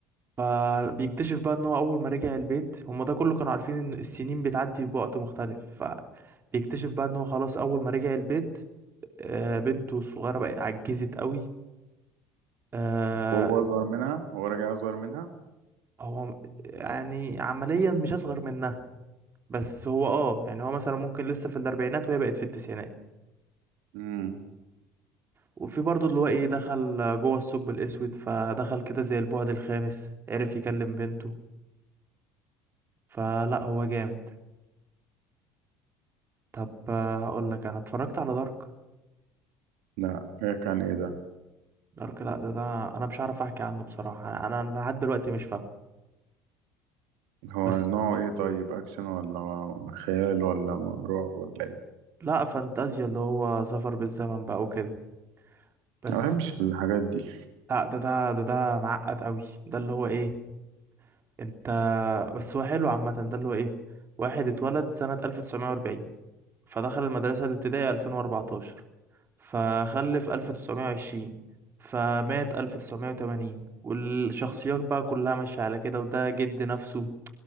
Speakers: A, on the right; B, on the right.
A: فبيكتشف بقى ان هو اول ما رجع البيت هما ده كله كانوا عارفين ان السنين بتعدي بوقت مختلف فبيكتشف بقى ان هو خلاص اول ما رجع البيت آه، بنته الصغيرة بقت عجزت قوي آه،
B: وهو اصغر منها هو راجع اصغر منها
A: هو يعني عمليا مش اصغر منها بس هو اه يعني هو مثلا ممكن لسه في الاربعينات وهي بقت في التسعينات
B: امم
A: وفي برضه اللي هو ايه دخل جوه الثقب الاسود فدخل كده زي البعد الخامس عرف يكلم بنته فلا هو جامد طب آه، هقول لك انا اتفرجت على دارك
B: لا إيه كان ايه ده
A: دارك لا ده, ده انا مش عارف احكي عنه بصراحة انا انا أنا لحد دلوقتي مش فاهم
B: هو
A: بس
B: نوعه ايه طيب اكشن ولا خيال ولا رعب ولا ايه
A: لا فانتازيا اللي هو سفر بالزمن بقى وكده بس
B: ما بحبش الحاجات دي
A: لا ده ده ده ده معقد قوي ده اللي هو ايه انت بس هو حلو عامة ده اللي هو ايه واحد اتولد سنة 1940 فدخل المدرسة الابتدائية 2014 فخلف 1920 فمات 1980 والشخصيات بقى كلها ماشية على كده وده جد نفسه